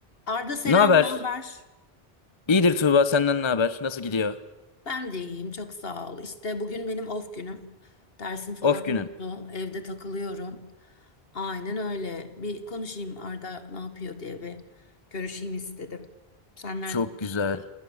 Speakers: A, on the left; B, on the left.
A: Arda selam,
B: Ne haber?
A: ne haber?
B: İyidir Tuğba senden ne haber? Nasıl gidiyor?
A: Ben de iyiyim, çok sağ ol. İşte bugün benim off günüm. Dersim falan
B: Of günün.
A: yoktu. Evde takılıyorum. Aynen öyle. Bir konuşayım Arda ne yapıyor diye bir görüşeyim istedim. Sen neredesin?
B: Çok güzel.